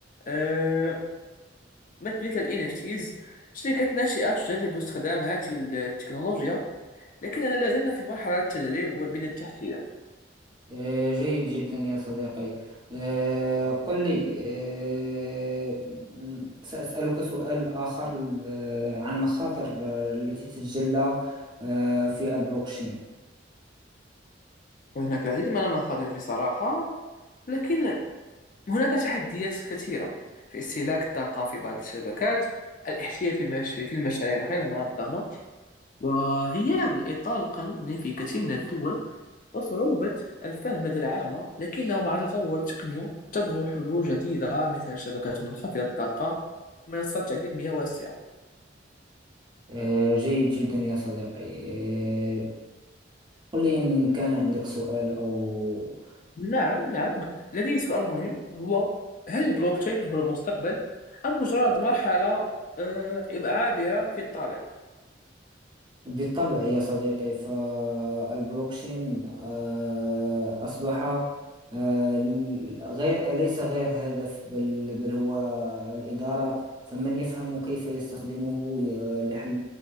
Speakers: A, on the left; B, on the right.
A: آه، مثل الNFTs شركات ناشئة تجرب استخدام هذه التكنولوجيا لكننا لا زلنا في مرحلة التجريب والبنية التحتية
B: آه، جيد جدا يا صديقي آه، قل لي آه، م- سأسألك سؤال آخر آه، عن مخاطر آه، التي تتجلى آه، في البلوكشين
A: هناك العديد من المخاطر بصراحة لكن هناك تحديات كثيرة في استهلاك الطاقة في بعض الشبكات الاحتيال في المش- في المشاريع الغير منظمة وغياب الإطار القانوني في كثير من الدول وصعوبة الفهم لدى العامة لكنه مع تطور التقنية تظهر حلول جديدة مثل شبكات منخفضة الطاقة ومنصات تعليمية واسعة
B: آه، جيد جدا يا صديقي آه، قل لي إن كان عندك سؤال أو
A: نعم نعم لدي سؤال مهم هو هل البلوكتشين هو المستقبل أم مجرد مرحلة آه، عابرة في الطريق؟
B: بالطبع يا صديقي فالبلوكشين آه، أصبح آه، غير ليس غير هدف بل بل هو الإدارة فمن يفهم كيف يستخدمه آه، لحل